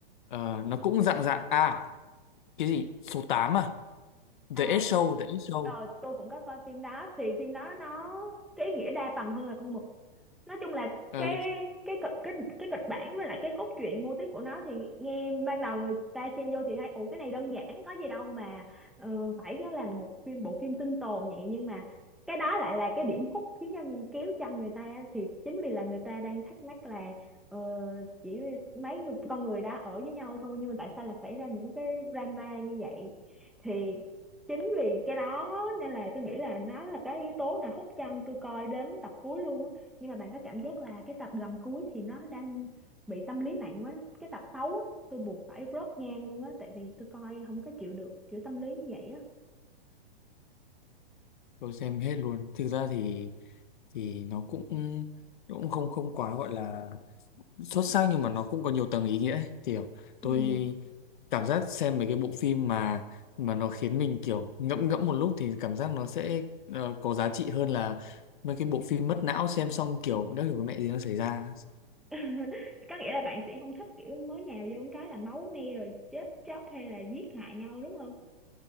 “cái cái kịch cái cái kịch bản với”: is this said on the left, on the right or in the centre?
Centre